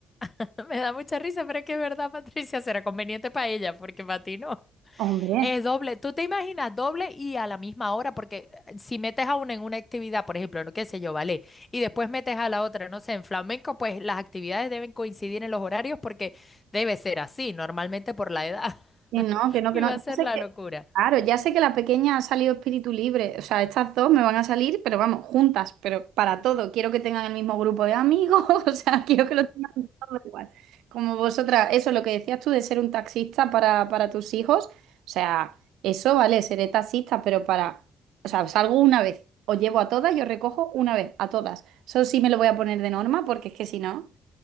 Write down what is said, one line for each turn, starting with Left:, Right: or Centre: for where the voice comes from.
Left: <laughs> Me da mucha risa, pero es que es verdad, Patricia, será conveniente para ella porque para ti no.
Right: Hombre.
Left: Es doble, tú te imaginas doble y a la misma hora, porque eh, si metes a una en una actividad, por ejemplo, no qué sé yo, vale, y después metes a la otra, no sé, en flamenco, pues las actividades deben coincidir en los horarios porque debe ser así, normalmente por la edad, <laughs>
Right: Y no, que no,
Left: y
Right: que no.
Left: va
Right: Ya
Left: a ser
Right: sé
Left: la
Right: que,
Left: locura.
Right: claro, ya sé que la pequeña ha salido espíritu libre. O sea, estas dos me van a salir, pero vamos, juntas, pero para todo. Quiero que tengan el mismo grupo de amigos, <laughs> o sea, quiero que lo tengan <laughs> todo igual. Como vosotras, eso, lo que decías tú de ser un taxista para, para tus hijos, o sea, eso vale, seré taxista, pero para, o sea, salgo una vez, os llevo a todas y os recojo una vez, a todas. Eso sí me lo voy a poner de norma, porque es que si no,